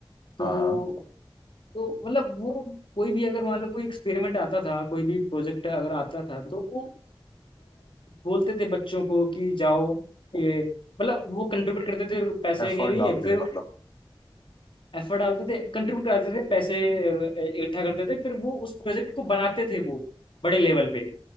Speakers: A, on the left; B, on the left.
A: तो
B: हाँ हाँ
A: तो मतलब वो कोई भी अगर मान लो कोई एक्सपेरिमेंट आता था कोई भी प्रोजेक्ट अगर आता था तो वो अ, बोलते थे बच्चों को कि जाओ ये मतलब वो कंट्रीब्यूट करते थे पैसे
B: एफर्ट
A: के लिए
B: डालते
A: फिर
B: थे मतलब
A: एफर्ट डालते थे कंट्रीब्यूट करते थे पैसे अ, इकट्ठा करते थे फिर वो उस प्रोजेक्ट को बनाते थे वो बड़े लेवल पे